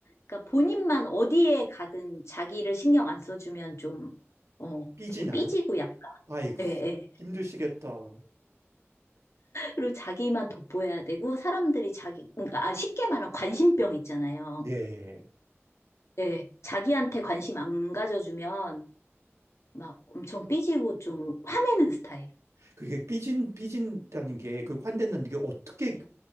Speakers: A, on the left; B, on the right.
A: 그러니까 본인만 어디에 가든 자기를 신경 안 써주면 좀 어,
B: 삐지나요?
A: 되게 삐지고 약간
B: 아이고
A: 예, 예.
B: 힘드시겠다.
A: 그리고 자기만 돋보여야 되고 사람들이 자기 그러니까 아, 쉽게 말하면 관심병 있잖아요.
B: 네.
A: 예. 자기한테 관심 안 가져주면 막 엄청 삐지고 좀 화내는 스타일.
B: 그게 삐진, 삐진다는 게, 그 환대는 게 어떻게
A: 예.